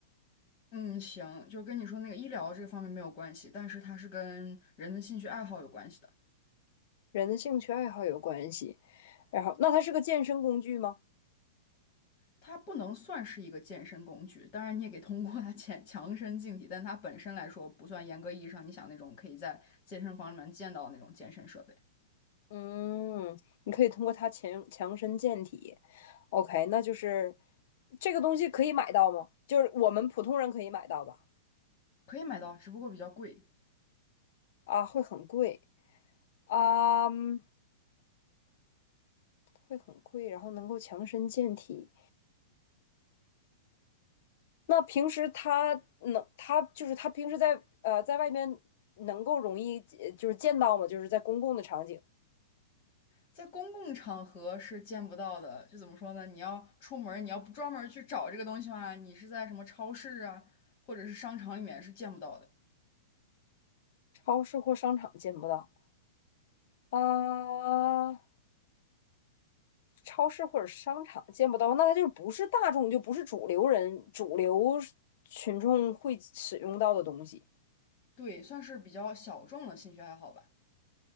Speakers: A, on the left; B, on the left.
A: 嗯，行，就跟你说那个医疗这个方面没有关系，但是它是跟人的兴趣爱好有关系的。
B: 人的兴趣爱好有关系。然后，那它是个健身工具吗？
A: 它不能算是一个健身工具，当然你也可以通过它强 <laughs> 强身健体，但它本身来说不算严格意义上你想那种可以在健身房里面见到的那种健身设备，
B: 嗯，你可以通过它强强身健体。OK，那就是这个东西可以买到吗？就是我们普通人可以买到吧？
A: 可以买到，只不过比较贵，
B: 啊，会很贵啊。嗯会很贵，然后能够强身健体。那平时他能，他就是他平时在呃在外面能够容易呃就是见到吗？就是在公共的场景，
A: 在公共场合是见不到的。就怎么说呢？你要出门你要不专门去找这个东西的话，你是在什么超市啊，或者是商场里面是见不到的。
B: 超市或商场见不到啊、呃超市或者商场见不到，那他就不是大众，就不是主流人、主流群众会使用到的东西。
A: 对，算是比较小众的兴趣爱好吧。